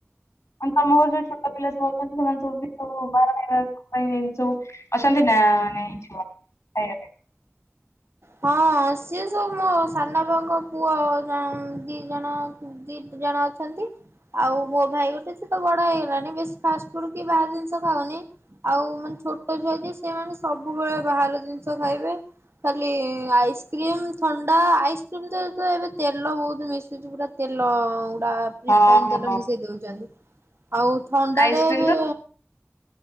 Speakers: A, on the left; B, on the right.
A: ମାନେ ତମ ଘରେ ଯୋଉ ଛୋଟପିଲା ସବୁ ଅଛନ୍ତି ସେମାନେ ସବୁ ବିଲ ବାହାର ଖାଇବାପାଇଁ ସବୁୁ ଅଛନ୍ତି ନା ମାନେ ଛୁଆ ଖାଇବା ପାଇଁ।
B: ହଁ ସିଏ ସବୁ ମୋ ସାନଆପାଙ୍କ ପୁଅ ବଂ ଦିଜଣ ଦିଦି ଜଣ ଅଛନ୍ତି। ଆଉ ମୋ ଭାଇ ଗୋଟେ ସେତ ବଡ ହେଇଗଲାଣି ବେଶ ଫାଷ୍ଟଫୁଡ କି ବାହାର ଜିନିଷ ଖାଉନି। ଆଉ ମାନେ ଛୋଟ ଛୁଆ ଯିଏ ସେମାନେ ସବୁବେଳେ ବାହାର ଜିନିଷ ଖାଇବେ। ଲି ଆଇସ୍କ୍ରିମ୍ ଥଣ୍ଡା ଆଇସ୍କ୍ରିମ ତ ତ ଏବେ ତେଲ ବହୁତ ମିଶୁଛି ପୁରା ତେଲ ଉଡା ରିଫାଇନ
A: ହଁ ହଁ
B: ତେଲ ମିଶେଇ ଦଉଛନ୍ତି। ଆଉ ଥଣ୍ଡାରେ
A: ଆଇସ୍କ୍ରିମ
B: ବି
A: ତ